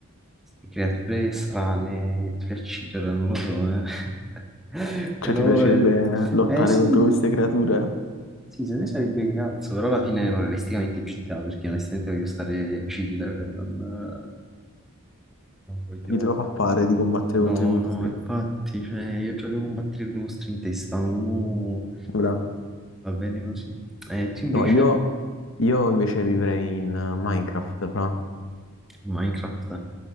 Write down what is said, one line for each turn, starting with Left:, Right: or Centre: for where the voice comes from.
Centre: questi creature strane, tu le uccidi, non lo so, eh. <laughs>
Left: Cioè
Centre: Però,
Left: ti piacerebbe
Centre: eh
Left: lottare
Centre: eh, sì,
Left: contro queste creature?
Centre: sì, se ne sarebbe che cazzo, però alla fine non realisticamente GTA, perché onestamente voglio stare chill, cioè, non... Non voglio...
Left: Chi te lo fa fare di combattere
Centre: No,
Left: contro i mostri?
Centre: no, infatti, cioè, io già devo combattere con i mostri in testa, mo
Left: Bravo.
Centre: va bene così. E tu invece,
Left: No, io, io invece vivrei in eh, Minecraft, fra.
Centre: Minecraft?